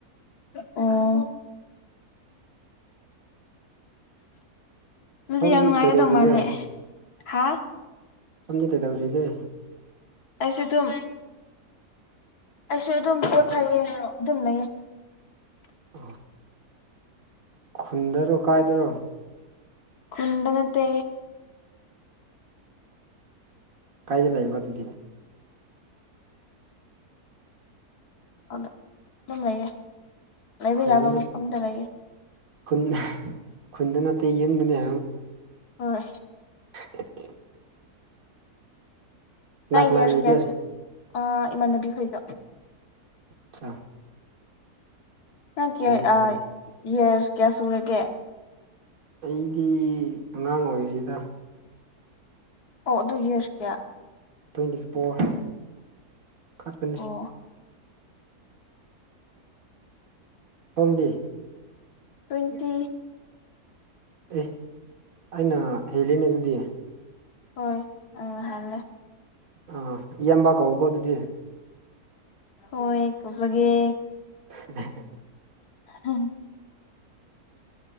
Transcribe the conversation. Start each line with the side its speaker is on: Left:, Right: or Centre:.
Left: ꯑꯣ ꯑꯗꯨꯗꯤ
Right: ꯁꯣꯝꯗꯤ
Left: ꯌꯥꯝ ꯅꯨꯡꯉꯥꯏꯒꯗꯧ
Right: ꯀꯩꯗꯧꯔꯤꯒꯦ
Left: ꯃꯥꯜꯂꯦ ꯍꯥ
Right: ꯁꯣꯝꯗꯤ ꯀꯩꯗꯧꯔꯤꯒꯦ
Left: ꯑꯩꯁꯨ ꯑꯗꯨꯝ ꯑꯩꯁꯨ ꯑꯗꯨꯝ ꯄꯣꯠꯊꯩꯌꯦ ꯑꯗꯨꯝ ꯂꯩꯌꯦ
Right: ꯑꯣ <inaudible> ꯈꯨꯟꯗꯔꯣ ꯀꯥꯏꯗꯔꯣ
Left: ꯀꯨꯟꯗ ꯅꯠꯇꯦ
Right: ꯀꯥꯏꯗ ꯂꯩꯕ ꯑꯗꯨꯗꯤ
Left: ꯑꯗꯨꯝ ꯂꯩꯌꯦ ꯂꯩꯕ
Right: ꯈꯨꯟꯗ
Left: ꯌꯥꯕ ꯃꯐꯝꯗ ꯂꯩꯌꯦ
Right: ꯈꯨꯟ ꯈꯨꯟꯗ ꯅꯠꯇꯦ ꯌꯨꯝꯗꯅꯦ
Left: ꯍꯣꯏ
Right: ꯎ <inaudible>
Left: ꯅꯥ
Right: ꯀꯅꯥ
Left: ꯌꯦꯁ
Right: ꯂꯩꯒꯦ
Left: ꯌꯦꯁ ꯏꯃꯥꯟꯅꯕꯤꯈꯣꯏꯗ
Right: ꯑꯆꯥ
Left: ꯅꯪ ꯀꯌꯥ
Right: ꯑꯗꯨꯗꯤ
Left: ꯌꯦꯁ ꯀꯌꯥ ꯁꯨꯔꯒꯦ
Right: ꯑꯩꯗꯤ ꯑꯉꯥꯡ ꯑꯣꯏꯔꯤꯗ
Left: ꯑꯣ ꯑꯗꯨ ꯌꯦꯁ ꯀꯌꯥ
Right: ꯇ꯭ꯋꯦꯟꯇꯤ ꯐꯣꯔ ꯈꯛꯇꯅꯦ
Left: ꯑꯣ
Right: ꯁꯣꯝꯗꯤ
Left: ꯇ꯭ꯋꯦꯟꯇꯤ
Right: ꯑꯦ ꯑꯩꯅ ꯍꯦꯜꯂꯤꯅꯦ ꯑꯗꯨꯗꯤ
Left: ꯍꯣꯏ ꯅꯪꯅ ꯍꯥꯜꯂꯦ
Right: ꯑꯥ ꯏꯌꯥꯝꯕ ꯀꯧꯀꯣ ꯑꯗꯨꯗꯤ
Left: ꯍꯣꯢꯌꯦ ꯀꯧꯖꯒꯦ
Right: ꯎꯝ <inaudible>
Left: ꯍꯝ <inaudible>